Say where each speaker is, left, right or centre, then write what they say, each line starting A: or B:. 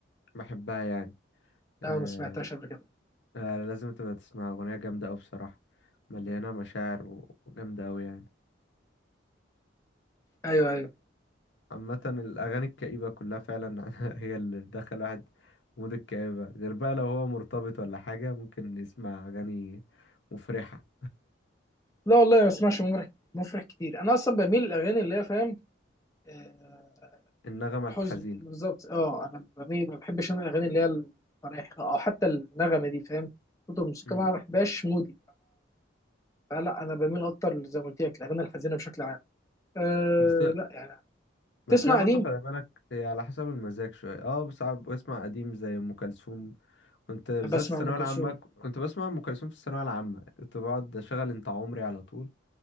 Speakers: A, on the left (about 65°); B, on the left (about 15°).
A: بحبها يعني
B: لا
A: آه...
B: ما سمعتهاش قبل كده
A: آه لازم تبقى تسمعها اغنيه جامده قوي بصراحه مليانه مشاعر و- وجامده قوي يعني
B: أيوه أيوه
A: عامة الأغاني الكئيبة كلها فعلا <laughs> هي اللي بتدخل واحد في مود الكآبة غير بقى لو هو مرتبط ولا حاجة ممكن يسمع أغاني مفرحة
B: لا والله ما بسمعش مفرح مفرح كتير أنا أصلا بميل للأغاني اللي هي فاهم آه،
A: النغمة
B: حزن
A: الحزينة
B: بالظبط اه انا بميل ما بحبش انا الاغاني اللي هي الفرايح او حتى النغمه دي فاهم صوت الموسيقى
A: مم.
B: ما بحبهاش مودي انا لا انا بميل اكتر زي ما قلت لك الاغاني الحزينه بشكل عام أه
A: بس
B: لا يعني
A: بس
B: تسمع
A: هي برضه
B: قديم
A: خلي بالك هي على حسب المزاج شوية اه ساعات بسمع قديم زي أم كلثوم كنت بالذات
B: بسمع
A: الثانوية
B: ام كلثوم
A: العامة كنت بسمع أم كلثوم في الثانوية العامة كنت بقعد أشغل أنت عمري على طول